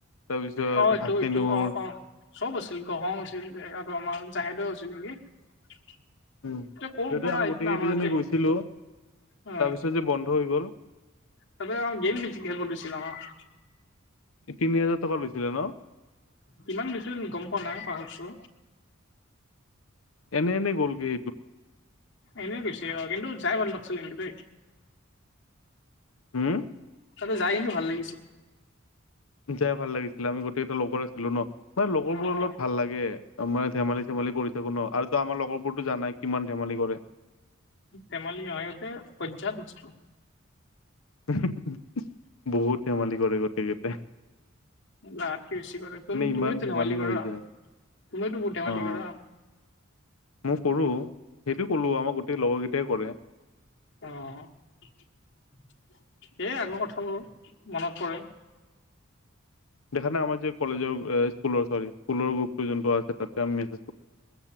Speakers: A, on the left; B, on the left.
A: তাৰপিছত
B: অ এইটো
A: হাচনুৰ
B: এইটো অ অ চব আছিল <unintelligible> আছিল আৰু আমাৰ জাহেদেও আছিল নেকি?
A: উ
B: ক'ৰ
A: সিহঁতে
B: পৰা
A: আমি
B: আহিছিলে
A: গোটেই কেই
B: আমাৰ ইয়াতে
A: জনে গৈছিলো
B: অ
A: তাৰপিছত যে বন্ধ হৈ গ'ল।
B: <unintelligible>
A: তিনি হাজাৰ টকা লৈছিলে ন।
B: <unintelligible> গম পোৱা নাই পাহুৰছো।
A: এনে এনে গ'লগৈ।
B: এনে গৈছে কিন্তু যাই ভাল লাগিছিল কিন্তু দেই।
A: হম।
B: তাতে যাই কিন্তু ভাল লাগিছে।
A: যাই ভাল লাগিছিলে, আমি গোটেইকটা লগৰ আছিলো ন, মানে লগৰবোৰ
B: অ অ
A: অলত ভাল লাগে। মানে ধেমালি-চেমালি কৰি থাকো ন আৰু তো আমাৰ লগৰবোৰতো জানাই কিমান ধেমালি কৰে।
B: ধেমালি আয়তে বৈজাত মস্তো।
A: উহুম বহুত ধেমালি কৰে গোটেইকেইটা।
B: লগেতকে বেছি কৰে, তুমি
A: ইমান
B: তুমি
A: ধেমালি
B: ধেমালী কৰা।
A: হৈ যায়
B: তুমিওতো বহুত ধেমালী
A: অ
B: কৰা।
A: মই কৰো, সেইটো ক'লো আমাৰ গোটেই লগৰ কেইটাই কৰে।
B: অ সেই আগৰ কথাবোৰ মনত পৰে।
A: দেখা নাই আমাৰ যে কলেজৰ স্কুলৰ ছোৱালী, স্কুলৰ গ্ৰুপ পৈযন্ত আছে তাতে আমি মেজ